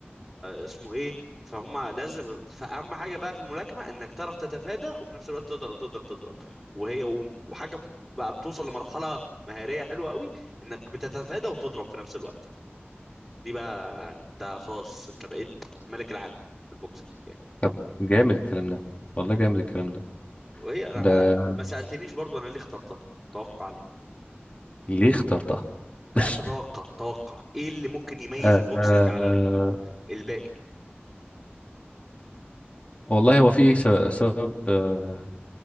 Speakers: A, in the centre; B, on the left.
A: اسمه ايه فهم لازم فاهم حاجه بقى في الملاكمه انك تعرف تتفادى وفي نفس الوقت تقدر تقدر تضرب وهي وحاجه بقى بتوصل لمرحله مهاريه حلوه قوي انك بتتفادى وتضرب في نفس الوقت دي بقى انت خلاص انت بقيت ملك العالم في البوكسنج يعني
B: طب جامد الكلام ده والله جامد الكلام ده
A: وهي أنا...
B: ده
A: أنا... ما سالتنيش برضو انا ليه اخترتها توقع ليه
B: ليه اخترتها
A: لا
B: <laughs>
A: انت توقع توقع ايه اللي ممكن يميز
B: آه،
A: البوكسنج
B: آه،
A: على
B: آه،
A: ال... الباقي
B: والله هو في س- سبب آه،